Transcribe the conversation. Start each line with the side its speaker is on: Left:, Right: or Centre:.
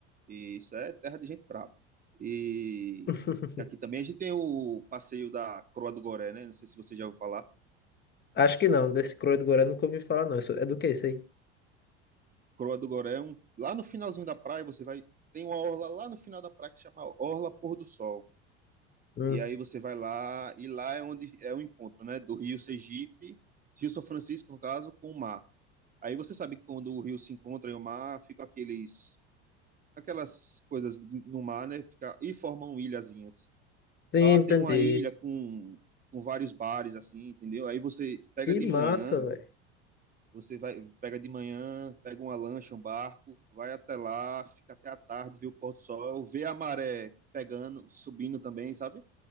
Right: Isso é terra de gente brava. E,
Left: <laughs>
Right: e aqui também a gente tem o passeio da Croa do Goré, né? Não sei se você já ouviu falar.
Left: Acho que não. Desse Croio do Goré nunca ouvi falar, não. Isso- É do que isso aí?
Right: Croa do Goré é um. Lá no finalzinho da praia, você vai. Tem uma orla lá no final da praia que chama Orla Pôr do Sol.
Left: Hum.
Right: E aí você vai lá, e lá é onde é o encontro, né? Do Rio Sergipe, Rio São Francisco, no caso, com o mar. Aí você sabe que quando o rio se encontra e o mar, fica aqueles, aquelas coisas no mar, né? Fica, e formam ilhazinhas.
Left: Sim,
Right: Tá Lá
Left: entendi.
Right: tem uma ilha com, com vários bares, assim, entendeu? Aí você pega
Left: Que
Right: de
Left: massa,
Right: manhã,
Left: velho.
Right: você vai, pega de manhã, pega uma lancha, um barco, vai até lá, fica até a tarde, vê o pôr do sol, vê a maré pegando, subindo também, sabe?